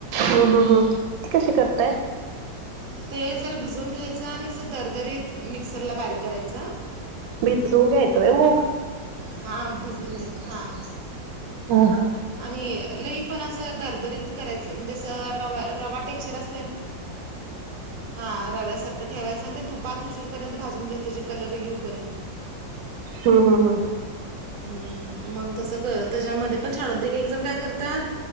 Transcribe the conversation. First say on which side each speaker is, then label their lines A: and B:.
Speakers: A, on the right (about 80°); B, on the right (about 50°).
A: हो ह ह ते कसे करत काय
B: ते जरा भिजवून घ्यायचं आणि असं दरदरीत मिक्सरला बारीक करायचं
A: भिजून घ्यायचोय मग
B: हा भिजून घेत हां
A: हा
B: आणि लई पण असं दरदरीत करायचं म्हणजे रवा रवा टेक्सर अस हा रव्यासारख ते ठेवायचं आणि ते तुपात उशीरपर्यंत भाजून घ्यायचे कलर येऊपर्यंत
A: हम हम हं
B: हम्म मग तस क त्याच्यामध्ये पण छान होते एक जण काय करतात